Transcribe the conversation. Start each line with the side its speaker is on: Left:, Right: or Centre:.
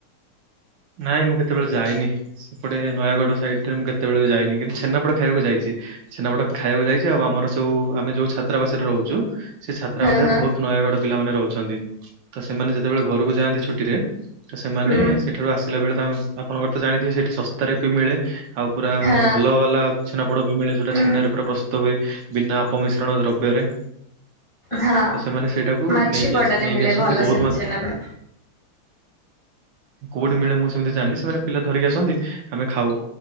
Right: ନାଇଁ ମୁଁ କେତେବେଳେ ଯାଇନି। ସେପଟେ ନୟାଗଡ଼ ସାଇଡ ରେ ମୁଁ କେତେବେଳେ ବି ଯାଇନି କିନ୍ତୁ ଛେନାପୋଡ଼ ଖାଇବାକୁ ଯାଇଛି। ଛେନାପୋଡ଼ ଖାଇବାକୁ ଯାଇଛି ଆଉ ଆମର ସବ ଆମେ ଯୋଉ ଛାତ୍ରାବାସରେ ରହୁଛୁ। ସେ ଛାତ୍ରାବାସରେ
Left: ହଁ ହଁ
Right: ବହୁତ ନୟାଗଡ଼ ପିଲାମାନେ ରହୁଛନ୍ତି ତ ସେମାନେ ଯେତେବେଳେ ଘରକୁ ଯାଆନ୍ତି ଛୁଟିରେ। ତ ସେମାନେ
Left: ହୁଁ
Right: ସେଠାରୁ ଆସିଲା ବେଳେ ତା ଆପଣଙ୍କର ତ ଜାଣିଥିବେ ସେଇଠି ଶସ୍ ରେ ବି ମିଳେ ଆଉ ପୁରା
Left: ହଁ
Right: ମାନେ ଭଲ ବାଲା ଛେନା ପୋଡ ବି ମିଳେ ଯୋଉଟା
Left: ହୁଁ
Right: ଛେନାରେ ପୁରା ପ୍ରସ୍ତୁତ ହୁଏ। ବିନା ପମିଶ୍ରଣ ଦ୍ରବ୍ୟରେ।
Left: ହଁ
Right: ତ ସେମାନେ ସେଇଟାକୁ
Left: ମାଛି
Right: ନେଇକି
Left: ପଡାରେ
Right: ନେଇକି
Left: ମିଳେ
Right: ଆସୁଛନ୍ତି
Left: ଭଲ
Right: ବହୁତ
Left: ସେମିତି
Right: ମାତ୍ରା
Left: ଛେନାପୋଡ।
Right: କୋଉଠି ମିଳେ ମୁଁ ସେମିତି ଜାଣିନି ସେମାନେ ପିଲା ଧରିକି ଆସନ୍ତି ଆମେ ଖାଉ